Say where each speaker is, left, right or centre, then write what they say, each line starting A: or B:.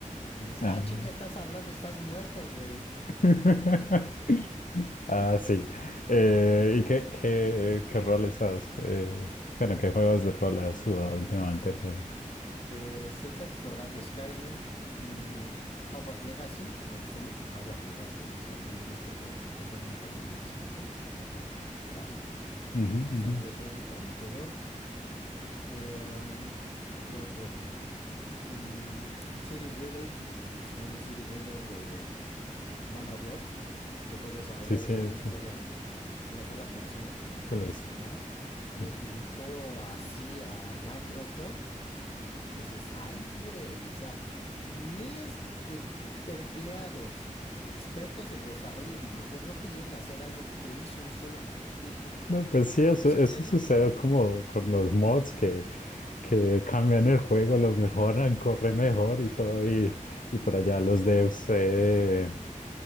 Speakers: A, on the left (about 45°); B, on the left (about 75°).
A: Y dice,
B: Ah.
A: ah, chinga, estás hablando y estás muerto, güey.
B: <laughs> Ah, sí. Eh, ¿y qué, qué, qué roles has? eh, bueno, ¿qué juegos de rol has jugado últimamente? o qué? Ujú,
A: Pues se está explorando Skyrim, mm, Hogwarts Legacy, me gustó mucho Hogwarts Legacy, el desarrollo de este juego creo que fue en Unreal Engine cinco, un motor gráfico
B: ujú.
A: bastante bueno y prometedor. Eh, ¿Qué otro? Mm, City Builders, un City Builder de, de Manor Lords, que fue desarrollado
B: Sí, sí,
A: por
B: sí,
A: un solo,
B: sí.
A: una sola persona que me impresionó.
B: Te lo he visto.
A: Le
B: Sí, sí.
A: pintó así a Microsoft y dices, ay, güey, o sea, miles de empleados expertos en desarrollo de videojuegos no pudieron hacer algo que hizo un solo tipo.
B: No, pues sí, eso,
A: ¿Es en
B: eso
A: serio?
B: sucede como con los mods que, que cambian el juego, lo mejoran, corre mejor y todo, y, y por allá los devs eh,